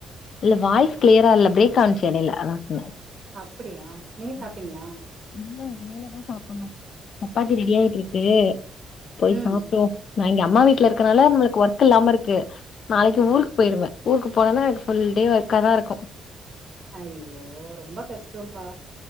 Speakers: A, on the left (about 60°); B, on the right (about 30°).
A: இல்ல வாய்ஸ் கிளியரா இல்ல பிரேக் ஆச்சு எடையில அதா சொன்ன
B: அப்படியா நீங்க
A: ம்
B: சாப்ட்டீங்களா
A: இல்ல வேலதா சாப்பணு சப்பாத்தி ரெடியாய்ட்ருக்கு போய்
B: ம்
A: சாப்டுவோ நா எங்க அம்மா வீட்டுல இருக்கிறனால நம்ம ஒர்க் இல்லாம இருக்கு நாளைக்கு ஊருக்கு போயிருவே ஊருக்கு போனதுமே சொல் ஒறே ஒர்க்காதா இருக்கு
B: ஐயோ ரொம்ப கஷ்டம்ப்பா